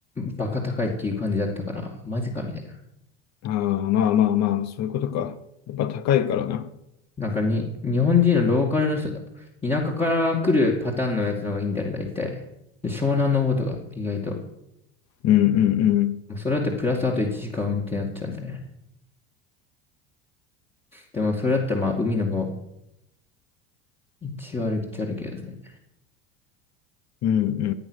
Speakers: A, on the left; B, on the left.
A: バカ高いっていう感じだったから、マジかみたいな。
B: ああ、まあまあまあ、そういうことか。やっぱ高いからな。
A: なんかに、日本人のローカルの人、田舎から来るパターンのやつの方がいいんだよね、大体。で湘南の方とか、意外と。
B: うんうんうん。
A: それだってプラスあと1時間運転になっちゃうね。でもそれだったらまあ海の方、一割一割けどね。
B: うんうんうん